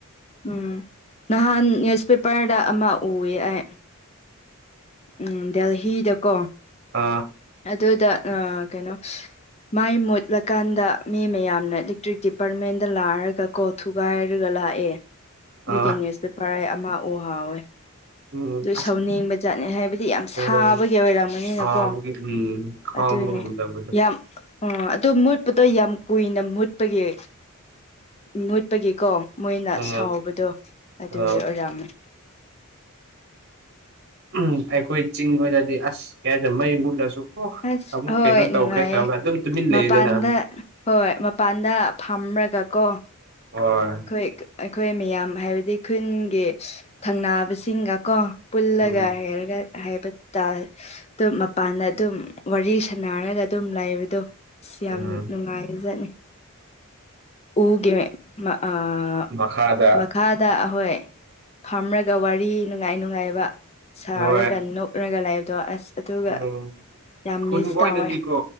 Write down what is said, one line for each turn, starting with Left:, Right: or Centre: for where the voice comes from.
Left: ꯎꯝ ꯅꯍꯥꯟ ꯅ꯭ꯌꯨꯁꯄꯦꯄꯔꯗ ꯑꯃ ꯎꯋꯦ ꯑꯩ ꯎꯝ ꯗꯦꯜꯍꯤꯗꯀꯣ
Right: ꯑ
Left: ꯑꯗꯨꯗ ꯑ ꯀꯩꯅꯣ ꯃꯥꯏ ꯃꯨꯠꯂꯀꯥꯟꯗ ꯃꯤ ꯃꯌꯥꯝꯅ ꯏꯂꯦꯛꯇ꯭ꯔꯤꯛ ꯗꯤꯄꯥꯔꯠꯃꯦꯟꯗ ꯂꯥꯛꯔꯒ ꯀꯣ ꯊꯨꯒꯥꯏ ꯍꯥꯏꯔꯒ ꯂꯥꯛꯑꯦ
Right: ꯑ
Left: ꯑꯗꯨꯒꯤ ꯅ꯭ꯌꯨꯁꯄꯦꯄꯔ ꯑꯩ ꯑꯃ ꯎ ꯍꯧꯋꯦ
Right: ꯎꯝ
Left: ꯑꯗꯨ
Right: ꯑꯁ
Left: ꯁꯥꯎꯅꯤꯡꯕꯖꯥꯠ ꯍꯥꯏꯕꯗꯤ ꯌꯥꯝ
Right: ꯀꯣꯟ
Left: ꯁꯥꯕꯒꯤ ꯑꯣꯏꯔꯝꯒꯅꯤꯅꯀꯣ
Right: ꯁꯥꯕꯒꯤ ꯎꯝ ꯈꯥꯝꯕ
Left: ꯑꯗꯨꯅꯤ
Right: ꯉꯝꯗꯕꯗꯣ
Left: ꯌꯥꯝ ꯑꯣ ꯑꯗꯨ ꯃꯨꯠꯄꯗꯣ ꯌꯥꯝ ꯀꯨꯏꯅ ꯃꯨꯠꯄꯒꯤ ꯃꯨꯠꯄꯒꯤꯀꯣ ꯃꯣꯏꯅ
Right: ꯎꯝ
Left: ꯁꯥꯎꯕꯗꯣ ꯑꯗꯨꯒꯤ
Right: ꯑ
Left: ꯑꯣꯏꯔꯝꯃꯦ
Right: ꯎꯝ ꯑꯩꯈꯣꯏ ꯆꯤꯡ ꯍꫭꯏꯗꯗꯤ ꯑꯁ ꯀꯩ ꯍꯥꯏꯗ ꯃꯩ ꯃꯨꯠꯂꯁꯨ ꯑꯣ
Left: ꯑꯁ
Right: ꯑꯃꯨꯛ
Left: ꯍꯣꯏ
Right: ꯀꯩꯅꯣ
Left: ꯅꯨꯡꯉꯥꯏꯌꯦ
Right: ꯇꯧꯈ꯭ꯔꯦ ꯇꯧꯔꯒ ꯑꯗꯨꯝ ꯇꯨꯃꯤꯟ
Left: ꯃꯄꯥꯟꯗ
Right: ꯂꯩꯗꯅ
Left: ꯍꯣꯏ ꯃꯄꯥꯟꯗ ꯐꯝꯔꯒ ꯀꯣ
Right: ꯍꯣꯏ
Left: ꯑꯩꯈꯣꯏ ꯑꯩꯈꯣꯏ ꯃꯌꯥꯝ ꯍꯥꯏꯕꯗꯤ ꯈꯨꯟꯒꯤ ꯊꯪꯅꯥꯕꯁꯤꯡꯒ ꯀꯣ ꯄꯨꯜꯂꯒ
Right: ꯎꯝ
Left: ꯍꯥꯏꯔꯒ ꯍꯥꯏꯕ ꯇ ꯑꯗꯨꯝ ꯃꯄꯥꯟꯗ ꯑꯗꯨꯝ ꯋꯥꯔꯤ ꯁꯥꯟꯅꯔꯒ ꯑꯗꯨꯝ ꯂꯩꯕꯗꯣ ꯑꯁ ꯌꯥꯝ
Right: ꯎꯝ
Left: ꯅꯨꯡꯉꯥꯏꯖꯅꯤ ꯎꯒꯦ ꯑ
Right: ꯃꯈꯥꯗ
Left: ꯃꯈꯥꯗ ꯍꫭꯏ ꯐꯝꯔꯒ ꯋꯥꯔꯤ ꯅꯨꯡꯉꯥꯏ ꯅꯨꯡꯉꯥꯏꯕ ꯁꯥꯔꯒ
Right: ꯅꯨꯡꯉꯥꯏ
Left: ꯅꯣꯛꯂꯒ ꯂꯩꯕꯗꯣ ꯑꯁ ꯑꯗꯨꯒ
Right: ꯎꯝ
Left: ꯌꯥꯝ
Right: ꯈꯨꯟ
Left: ꯃꯤꯁ
Right: ꯀꯣꯏꯗꯗꯤꯀꯣ
Left: ꯇꯧꯋꯦ